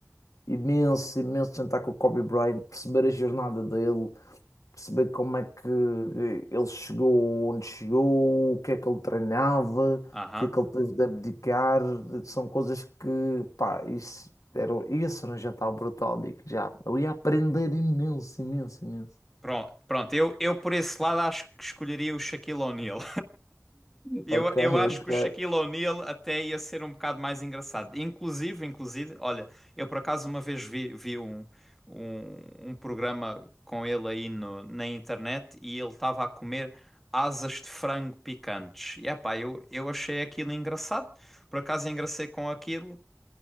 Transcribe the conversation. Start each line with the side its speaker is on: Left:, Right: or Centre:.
Left: Imenso, imenso de jantar com o Kobe Bryant, perceber a jornada dele perceber como é que eh, ele chegou onde chegou, o que é que ele treinava,
Centre: aham.
Left: o que é que ele teve de abdicar, são coisas que, pá, isso era, isso era um jantar brutal, digo já. Eu ia aprender imenso, imenso, imenso.
Centre: Pronto, pronto, eu, eu por esse lado acho que escolheria o Shaquille O'Neal. Eu,
Left: Ok,
Centre: eu
Left: ok.
Centre: acho que o Shaquille O'Neal até ia ser um bocado mais engraçado. Inclusive, inclusive, olha, eu por acaso uma vez vi, vi um, um, um programa com ele aí no, na internet e ele estava a comer asas de frango picantes. E epá, eu, eu achei aquilo engraçado, por acaso engracei com aquilo.